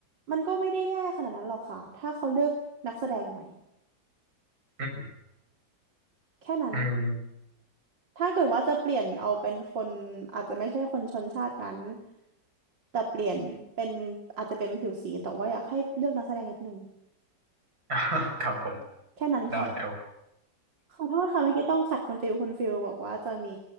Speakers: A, on the right (about 75°); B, on the right (about 55°).
A: มันก็ไม่ได้แย่ขนาดนั้นหรอกค่ะถ้าเขาเลือกนักแสดงหน่อย
B: อืม
A: แค่นั้น
B: อืม
A: ถ้าเกิดว่าจะเปลี่ยนเอาเป็นคนอาจจะไม่ใช่คนชนชาตินั้นแต่เปลี่ยนเป็นอาจจะเป็นผิวสีแต่ว่าอยากให้เลือกนักแสดงนิดนึง
B: <laughs> ครับผม
A: แค่นั้นค่ะ
B: ได้โอ
A: ขอโทษค่ะเมื่อกี้ต้องขัดคุณฟิลคุณฟิลบอกว่าจะมี